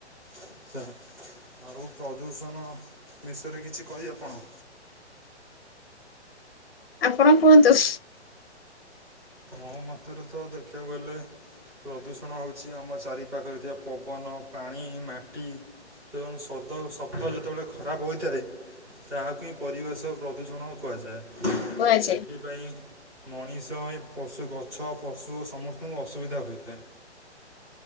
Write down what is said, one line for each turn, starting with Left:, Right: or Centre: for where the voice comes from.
Centre: <unintelligible> ଆଉ ପ୍ରଦୂଷଣ ବିଷୟରେ କିଛି କହି ଆପଣ?
Left: ଆପଣ କୁହନ୍ତୁ।
Centre: <unintelligible> ଅନ୍ତରତଃ ଦେଖିବାକୁ ଗଲେ ପ୍ରଦୂଷଣ ହେଉଛି ଆମ ଚାରିପାଖରେ ଥିବା ପବନ, ପାଣି ମାଟି ତେଣୁ ସଦ ଶବ୍ଦ ଯେତେବେଳେ ଖରାପ ହୋଇଥାଏ ତାହାକୁ ହିଁ ପରିବେଶ ପ୍ରଦୂଷଣ କୁହାଯାଏ।
Left: କୁହାଯାଏ।
Centre: ଏଥିପାଇଁ ମଣିଷ ପଶୁ ଗଛ ପଶୁ ସମସ୍ତଙ୍କୁ ଅସୁବିଧା ହୋଇଥାଏ।